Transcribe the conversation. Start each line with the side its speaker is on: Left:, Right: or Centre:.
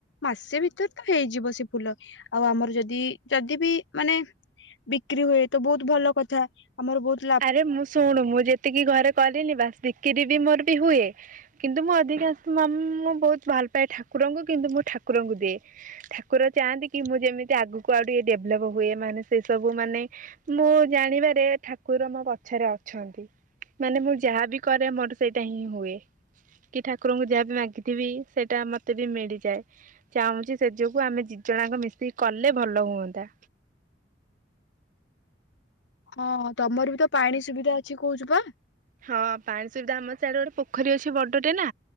Left: ମାସେ ଭିତରେ ତ ହେଇଯିବ। ସେ ଫୁଲ। ଆଉ ଆମର ଯଦି ଯଦି ବି ମାନେ ବିକ୍ରି ହୁଏ ତ ବୋହୁତ୍ ଭଲ କଥା। ଆମର ବହୁତ୍
Right: ଆରେ ମୁଁ ଶୁଣୁ ମୁଁ ଯେତିକି ଘରେ କରିନି ବାସ୍ ବିକିରି ବି ମୋର୍ ବି ହୁଏ। କିନ୍ତୁ ମୁଁ ଅଧିକାଂଶ ମାମ୍ ମୁଁ ବୋହୁତ୍ ଭଲ ପାଏ ଠାକୁରଙ୍କୁ କିନ୍ତୁ ମୁଁ ଠାକୁରଙ୍କୁ ଦିଏ। ଠାକୁର ଚାହାନ୍ତି କି ମୁଁ ଯେମିତି ଆଗକୁ ଆଉ ଟିକେ ଡେଭ୍ଲପ୍ ହୁଏ ମାନେ ସେ ସବୁ ମାନେ ମୁଁ ଜାଣିବାରେ ଠାକ ଠାକୁର ମୋ ପଛରେ ଅଛନ୍ତି। ମାନେ ମୁଁ ଯାହାବି କରେ ମୋର୍ ସେଇଟା ହିଁ ହୁଏ। କି ଠାକୁରଙ୍କୁ ଯାହା ବି ମାଗିଥିବି ସେଇଟା ମତେ ବି ମିଳିଯାଏ। ଚାହୁଁଚି ସେଇ ଯୋଗୁ ଆମେ ଦି ଜଣ ଯାଙ୍କ ମିଶିକି କଲେ ଭଲ ହୁଅନ୍ତା।
Left: ହଁ ତମରି ବି ତ ପାଣି ସୁବିଧା ଅଛି କୋହୁଚୁ ପା?
Right: ହଁ ପାଣି ସୁବିଧା ଆମ ସେଆଡ଼େ ଗୋଡ଼େ ପୋଖରୀ ଅଛି ବଡଟେ ନା।